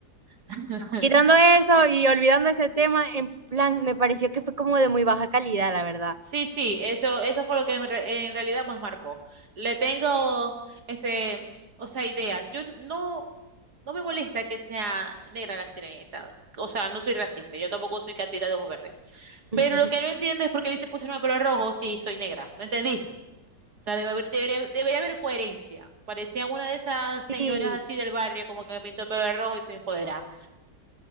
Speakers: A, on the right; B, on the right.
A: <laughs>
B: quitando eso y olvidando ese tema, en plan, me pareció que fue como de muy baja calidad, la verdad.
A: Sí, sí, eso, eso fue lo que en, re- en realidad más marcó. Le tengo, este, o sea, idea. Yo n- no, no me molesta que sea negra la sirenita. O sea, no soy racista, yo tampoco soy catira de ojos verdes.
B: <laughs>
A: Pero lo que no entiendo es por qué le se pusieron el pelo rojo si soy negra. No entendí. O sea, debe haber, debería, debería haber coherencia. Parecía una de esas señoras
B: Sí.
A: así del barrio, como que me pintó el pelo de rojo y soy empoderada.